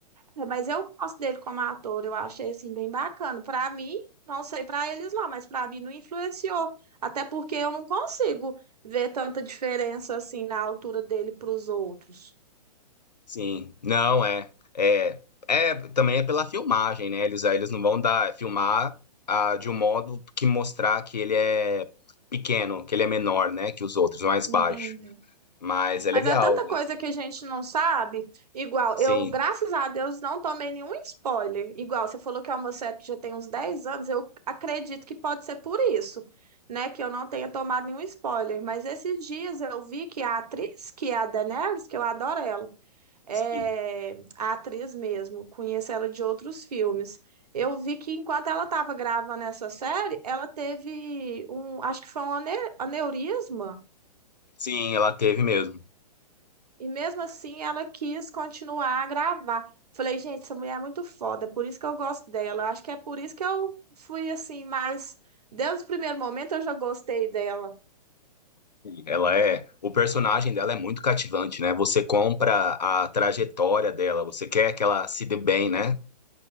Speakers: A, on the right; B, on the left.
A: É, Mas eu gosto dele como ator, eu achei assim bem bacana. para mim, não sei para eles lá, mas para mim não influenciou, até porque eu não consigo ver tanta diferença assim na altura dele para os outros.
B: Sim, não é, é, é também é pela filmagem, né? Eles, eles não vão dar filmar ah, de um modo que mostrar que ele é pequeno, que ele é menor, né? Que os outros, mais
A: Entendi.
B: baixo. Mas é
A: Mas
B: legal,
A: é tanta
B: né?
A: coisa que a gente não sabe. Igual,
B: sim,
A: eu, graças a Deus, não tomei nenhum spoiler. Igual, você falou que é uma série que já tem uns 10 anos, eu acredito que pode ser por isso, né? Que eu não tenha tomado nenhum spoiler. Mas esses dias eu vi que a atriz, que é a Daenerys, que eu adoro ela, é,
B: sim,
A: a atriz mesmo, conheço ela de outros filmes. Eu vi que enquanto ela estava gravando essa série, ela teve um, acho que foi um ane- aneurisma,
B: sim, ela teve mesmo.
A: e mesmo assim ela quis continuar a gravar. Falei, gente, essa mulher é muito foda, é por isso que eu gosto dela. Acho que é por isso que eu fui assim, mais desde o primeiro momento eu já gostei dela.
B: Ela é, o personagem dela é muito cativante, né? Você compra a trajetória dela, você quer que ela se dê bem, né?